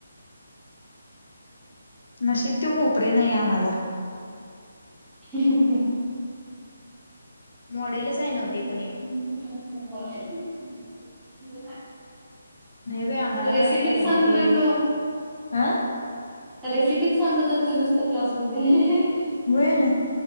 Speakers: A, on the left; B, in the centre.
A: नशीब तो मोपरे नाही आम्हाला.
B: <unintelligible>
A: मॉडेलच आहे नव्ह
B: अजून
A: ते पण एक
B: जमत नाही आम्हाला.
A: नाही बाई आम्हाला
B: रेसिपीच
A: काय
B: सांगतोय
A: हे
B: तो.
A: हा
B: रेसिपी सांगत असतो नुसता क्लास मध्ये.
A: व्हय